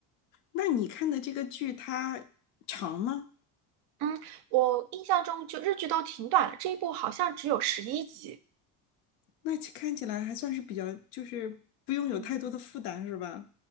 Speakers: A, on the left; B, on the right.
A: 那你看的这个剧它长吗？
B: 嗯，我印象中就日剧都挺短的，这一部好像只有十一集。
A: 那其看起来还算是比较，就是不用有太多的负担，
B: 嗯，
A: 是吧？